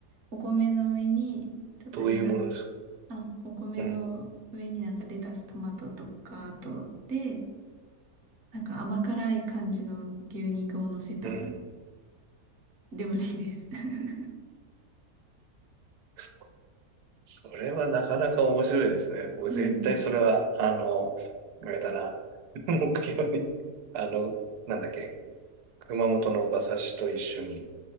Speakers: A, on the right (about 55°); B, on the right (about 80°).
A: お米の上に、ちょっとレタス、
B: どういうものですか
A: あ、お米の上になんかレタス、
B: うん。
A: トマトとか、あと、で、なんか甘辛い感じの牛肉を乗せた
B: うん。
A: 料理です。<laughs>
B: そそれはなかなか面白いですね。僕絶対それは、
A: うん。
B: あの、あれだな。<laughs> 目標に、あの、なんだっけ、熊本の馬刺しと一緒に、